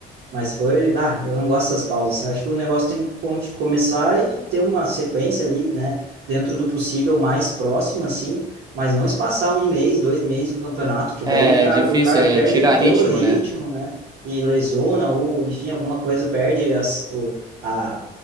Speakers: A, on the right (about 80°); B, on the right (about 25°).
A: Mas foi, bah, eu não gosto dessas pausas, assim, eu acho que o negócio tem que con- começar e ter uma sequência ali, né, dentro do possível mais próxima, assim, mas não espaçar um mês, dois meses um campeonato, que
B: É
A: daí o cara,
B: difícil,
A: o cara perde
B: é tirar
A: todo
B: ritmo,
A: o ritmo,
B: né?
A: né, e lesiona, ou enfim, alguma coisa perde as, o, a,